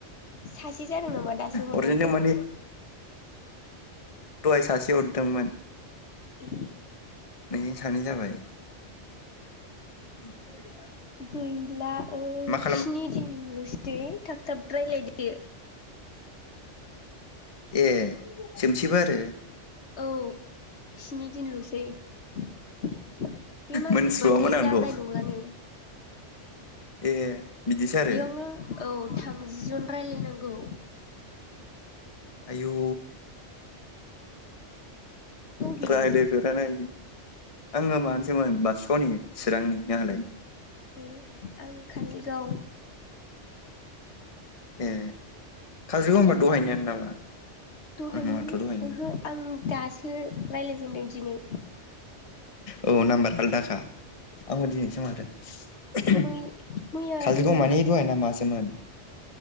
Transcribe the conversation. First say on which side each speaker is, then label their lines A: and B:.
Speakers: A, on the left; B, on the left.
A: सासे जादों नामा दासो हरनायजों?
B: हरजेनदों माने दहाय सासे हर दोंमोन
A: ए
B: नोंजों सानै जाबाय। <inaudible>
A: गैला। ओ
B: मा खालाम
A: स्नि दिन ल' सै थाब थाब रायलायदो।
B: ए जोमसैबो आरो
A: औ स्नि दिनल'सै। बे मास
B: मोनथिबावामोन
A: जोबबाथाय
B: आंथ'
A: जानाय नंलानो।
B: ए बिदिसो आरो
A: बेयावनो औ। थामजि जन रायलायनांगौ।
B: आयौ।
A: बबेनि
B: रायलायफेरानो आयु आङो माबानिसोमोन बासुगावनि चिरांनि। नोंहालाय?
A: ए आं कालिगाव
B: ए काजलगाव होनबा
A: सोर
B: दहायनियानो
A: दहायनि
B: नामा नङाथ' दहायनि
A: ओहो आं दासो रायलायदों दिनै दिनै
B: औ नाम्बार आलदाखा आंबो दिनैसो <inaudible>
A: मै मैयानो
B: काजिरगाव मानि दहायना मासोमोन